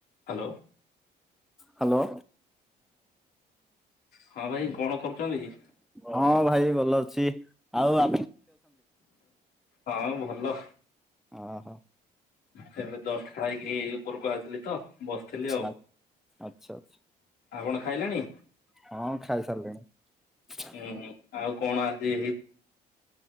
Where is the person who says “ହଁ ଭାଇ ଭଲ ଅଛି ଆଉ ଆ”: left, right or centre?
Centre